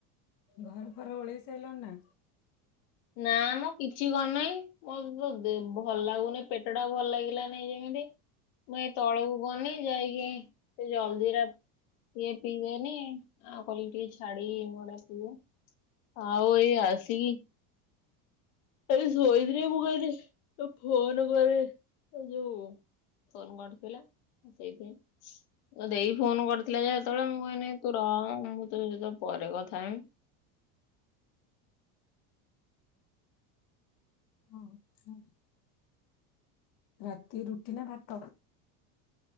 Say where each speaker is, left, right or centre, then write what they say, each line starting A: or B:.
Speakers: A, on the left; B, on the left.
A: ଘରଫର ଓଳେଇ ସାଇଲଣି ନା?
B: ନା ମ କିଛି କରିନାଇ <inaudible> <inaudible> ଭଲ ଲାଗୁନି ପେଟଟ ଟା ଭଲ ଲାଗିଲା। <inaudible> ମୁଁ ଏଇ ତଳକୁ ଅନେଇଛି ଯାଇକି ସେ ଜଲଜିରା ଇଏ ପିଇବେନି ଆଉ କଲି ଟିକେ ଛାଡିି ମୁଁଏଡା ପିଇବ ଆଉ ଏଇ ଆସିକି ଏଇ ଶୋଇଥିଲି ମୁଁ କହିଲି ଟିକେ ଫୋନ୍ କରେ ଯୋଉ ଫୋନ୍ କରିଥିଲା ସେଇଥିପାଇଁ ଦେଈ ଫୋନ୍ କରିଥିଲା ଯେ ସେତେବେଳେ ମୁଁ କଇନି ତୁ ରହ ମୁଁ ତୋ ସହିତ ପରେ କଥା ହେମି।
A: ହଁ। ରାତି ରୁଟି ନା ଭାତ?